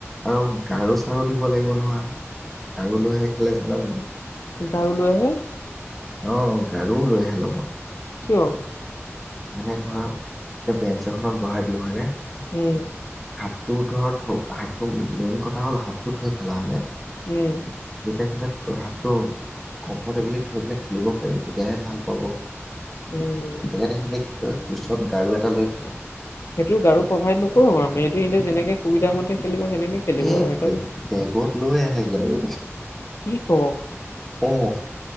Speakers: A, in the centre; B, on the left.
A: আৰু গাৰু চাৰু দিব লাগিব নহয় গাৰু লোহে কেলে জান নে নাই?
B: গাৰু লৈ আহে।
A: অঁ গাৰুও লৈ আহে লগত।
B: কিয়?
A: মানে ধৰা এতিয়া বেঞ্চ এখনত বহাই দিলোঁ হয়নে
B: উম
A: হাতটো ধৰ থ' হাতটো মেইন কথা হ'ল হাতটো থৈ খেলা হয়নে?
B: উম
A: যেতিয়া খেলে থৈ হাতটো কমফৰ্টেবলি থৈ পেলাই খেলিব পাৰিব তেতিয়াহে ভাল পাব।
B: উম।
A: সেইকাৰণে সেইখিনি কি কয় কোচত গাৰু এটা লৈ খেলে।
B: সেইটো গাৰু প্ৰভাইড নকৰোঁ আৱ আমি এইটো এন্তে যেনেকে সুবিধা মতে খেলিব সেনেকে খেলিব
A: এই
B: আৰু সেইটো
A: বেগত লৈ আহে খাৰু।
B: কি কৱ?
A: অহ।